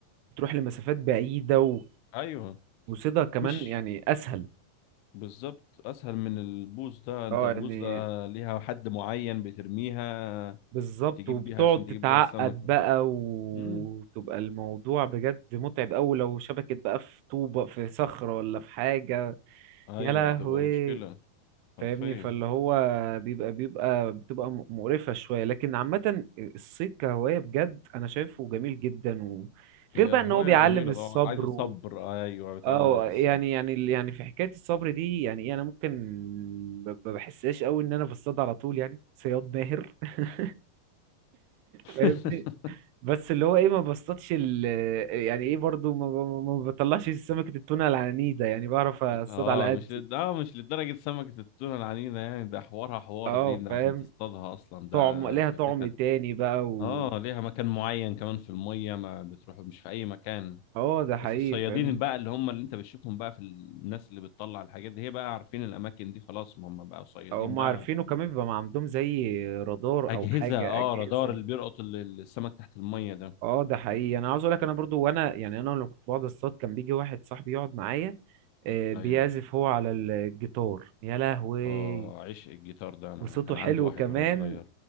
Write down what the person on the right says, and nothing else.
تروح لمسافات بعيده و...
وصيدها كمان
يعني اسهل
اه
يعني
بالظبط
وبتقعد
تتعقد
بقى وتبقى
الموضوع بجد متعب قوي لو شبكت بقى في طوبه في صخره ولا في حاجه
يا لهوي
فاهمني فاللي هو بيبقى بيبقى بتبقى م- مقرفه شويه لكن عامه الصيد كهوايه بجد انا شايفه جميل جدا و...
غير بقى
ان هو بيعلم
الصبر
اه
يعني يعني يعني في حكايه الصبر دي يعني ايه انا ممكن ب- ما بحسهاش قوي ان انا بصطاد على طول يعني صياد ماهر <laughs>
فاهمني بس اللي هو ايه ما بصطادش ال يعني ايه برضو ما, ما ما بطلعش سمكه التونه العنيده يعني بعرف اصطاد
على قدي
اه
فاهم
طعم ليها
طعم
تاني بقى و
اه ده حقيقي
فاهم
هم
عارفينه كمان بيبقى ما عندهم زي رادار
او حاجه
اجهزه
اه ده حقيقي انا عاوز اقول لك انا برضو وانا يعني انا لما كنت بقعد اصطاد كان بيجي واحد صاحبي يقعد معايا آه، بيعزف
هو على الجيتار يا لهوي
وصوته
حلو
كمان